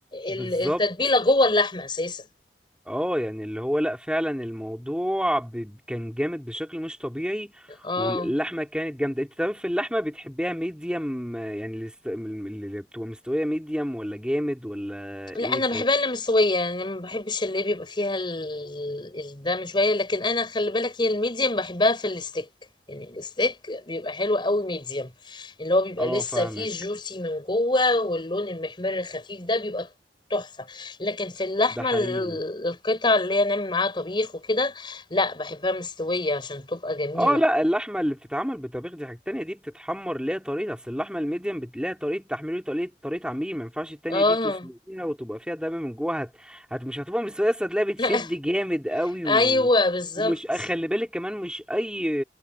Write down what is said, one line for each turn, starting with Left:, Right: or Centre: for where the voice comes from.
Centre: بالظبط
Left: ال- التتبيله جوه اللحمه اساسا
Centre: اه يعني اللي هو لا فعلا الموضوع ب... كان جامد بشكل مش طبيعي
Left: اه
Centre: واللحمة كانت جامدة انت طب في اللحمة بتحبيها ميديم يعني اللي, است... اللي بتبقى مستوية ميديم ولا جامد ولا ايه
Left: لا انا بحبها
Centre: طيب
Left: اللي مستويه يعني أنا ما بحبش اللي بيبقى فيها ال- الدم شويه لكن انا خلي بالك هي الميديم بحبها في الستيك يعني الستيك بيبقى حلو قوي ميديم اللي هو بيبقى
Centre: اه
Left: لسه
Centre: فاهمك
Left: فيه جوسي من جوه واللون المحمر الخفيف ده بيبقى تحفه لكن في اللحمه
Centre: ده حقيقي
Left: ال- القطع اللي هي نعمل معاها طبيخ وكده لا بحبها مستويه عشان تبقى جميله
Centre: اه لا اللحمه اللي بتتعمل بطبيخ دي حاجه تانية دي بتتحمر ليها طريقه اصل اللحمه الميديم بت- ليها طريقه تحميل وليها طريقه طريقه عميل ما ينفعش التانية
Left: اه
Centre: دي تسلقيها وتبقى فيها دم من جوه هت... هت مش هتبقى مستويه اصل هتلاقيها بتشد
Left: <laughs>
Centre: جامد قوي
Left: ايوه
Centre: و...
Left: بالظبط
Centre: ومش خلي بالك كمان مش اي